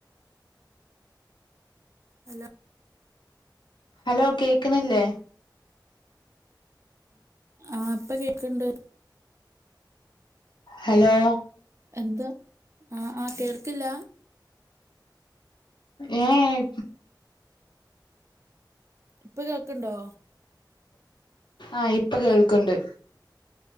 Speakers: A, on the right; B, on the left.
A: ഹലോ
B: ഹലോ കേക്കണില്ലേ
A: ആ ഇപ്പൊ കേക്ക്ണ്ട്
B: ഹലോ
A: എന്ത ആ ആ കോൾക്കില്ല
B: ഏ ഏ
A: ഇപ്പൊ കേക്കണ്ടോ
B: ആ ഇപ്പൊ കേൾക്കണ്ട്